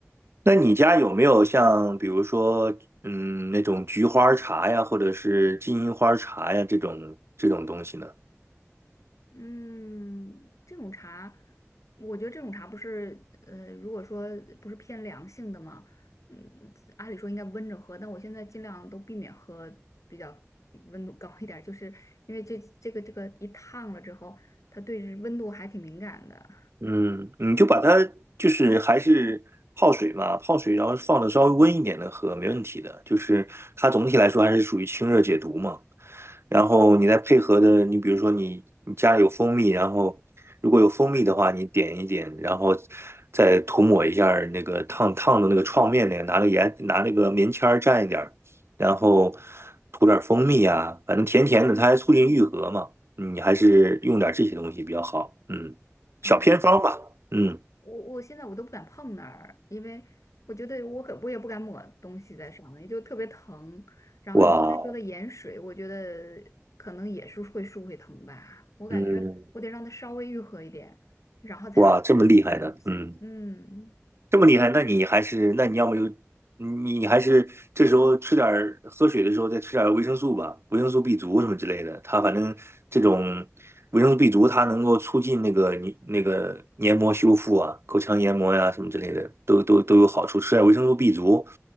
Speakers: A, on the right; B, on the left.
A: 那你家有没有像比如说，嗯，那种菊花茶呀，或者是金银花茶呀这种这种东西呢？
B: 嗯，这种茶，我觉得这种茶不是，呃，如果说不是偏凉性的嘛，嗯，按理说应该温着喝，但我现在尽量都避免喝比较温度高一点儿就是因为这这个这个一烫了之后，它对温度还挺敏感的。
A: 嗯，你就把它就是还是泡水嘛，泡水然后放的稍微温一点的喝，没问题的。就是它总体来说还是属于清热解毒嘛。然后你再配合的，你比如说你你家里有蜂蜜，然后如果有蜂蜜的话，你点一点，然后再涂抹一下儿那个烫烫的那个创面那个，拿个盐拿那个棉签儿蘸一点儿然后涂点儿蜂蜜啊，反正甜甜的，它还促进愈合嘛。嗯你还是用点儿这些东西比较好。嗯。
B: 哎，
A: 小偏方吧。
B: 我
A: 嗯，
B: 我我现在我都不敢碰那儿，因为我觉得我可我也不敢抹东西在上面，就特别疼。然后你刚才说的盐水，
A: 哇，
B: 我觉得可能也是会舒会疼吧，我感觉我得让它稍微愈合一点，
A: 嗯，
B: 然后才能用这些东西。
A: 哇，这么厉害的，嗯，
B: 嗯，
A: 这么厉害，那你还是，那你要么就，你还是这时候吃点儿喝水的时候再吃点儿维生素吧，维生素 B 族什么之类的。它反正这种维生素 B 族，它能够促进那个你那个黏膜修复啊，口腔黏膜呀、什么之类的，都都都有好处。吃点维生素 B 族，